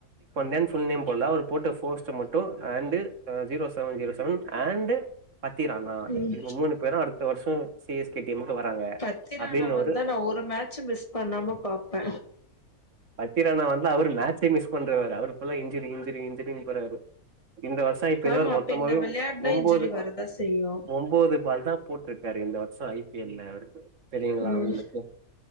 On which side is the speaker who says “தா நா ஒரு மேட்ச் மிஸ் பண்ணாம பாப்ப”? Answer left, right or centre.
Left